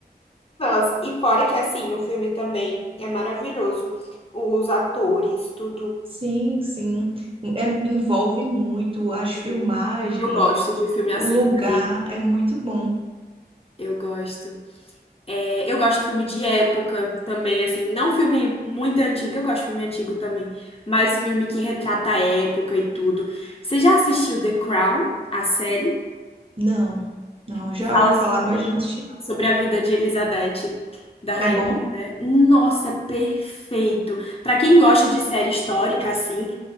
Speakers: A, on the left; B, on the right.
A: Nossa, e fora que assim, o filme também é maravilhoso. Os atores, tudo.
B: Sim, sim. É- envolve muito as
A: sim.
B: filmagens,
A: Eu gosto de filme assim,
B: o lugar
A: sabia?
B: é muito bom.
A: Eu gosto. É, eu gosto de filme de época também, assim, não filme muito antigo, eu gosto de filme antigo também, mas filme que retrata a época e tudo. Você já assistiu The Crown, a série,
B: Não, não, já
A: que fala
B: ouvi falar,
A: sobre,
B: mas não assisti. não.
A: sobre a vida de Elizabeth, da rainha,
B: É bom?
A: né? Nossa, é perfeito! Pra quem gosta de série histórica, assim,